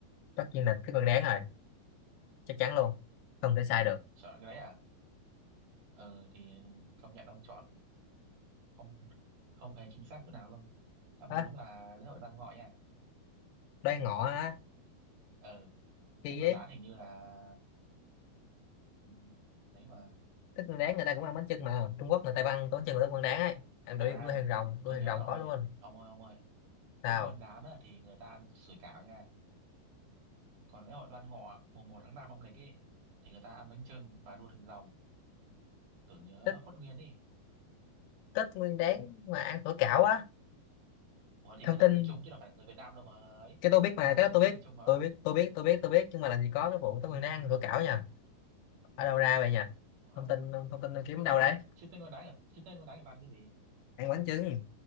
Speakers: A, on the left (about 80°); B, on the right (about 55°).
A: tất nhiên là tết nguyên đáng rồi chắc chắn luôn không thể sai được
B: chọn cái đấy à ừ thì công nhận ông chọn không không hề chính xác chỗ nào luôn đáp án
A: á
B: đúng là lễ hội Đoan Ngọ nha
A: đây ngọ á
B: ừ
A: kỳ
B: Tết Nguyên
A: ấy
B: Đán hình như là ừ, đấy mà
A: thức ăn đáng người ta cũng ăn bánh chưng mà Trung Quốc người ta ăn bánh chưng của tết nguyên đáng ấy ăn
B: à
A: đuổi đuôi hàng rồng
B: tôi
A: đuôi hàng
B: nhớ
A: rồng
B: rồi
A: có luôn
B: ông ơi ông ơi
A: sao
B: Tết Nguyên Đán á, thì người ta ăn sủi cảo nha còn lễ hội Đoan Ngọ mùng 1 tháng 5 âm lịch ấy thì người ta ăn bánh chưng và đua thuyền rồng tưởng nhớ
A: tết
B: Khuất Nguyên ấy
A: Tết Nguyên Đán mà ăn phở cảo á
B: ủa thì
A: thông
B: người ta
A: tin
B: là người Trung chứ đâu phải là người Việt Nam đâu mà ấy
A: cái tôi biết mà
B: đang
A: cái
B: đang
A: đó tôi
B: đố
A: biết
B: người Trung mà
A: tôi
B: ba
A: biết tôi biết tôi biết tôi biết nhưng mà làm gì có cái vụ Tết Nguyên Đán ăn phở cảo nha ở đâu ra vậy nha
B: ủa
A: thông tin thông tin kiếm
B: chứ
A: đâu
B: tên
A: đấy
B: chứ tên con đái là chứ tên con đái là ăn cái gì
A: ăn bánh chưng